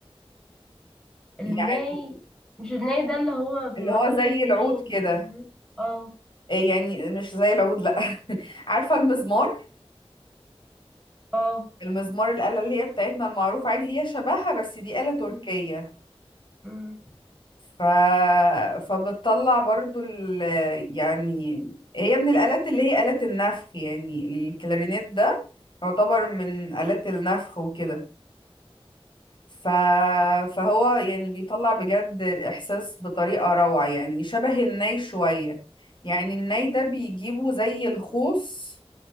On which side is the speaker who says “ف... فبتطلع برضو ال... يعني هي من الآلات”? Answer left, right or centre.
Left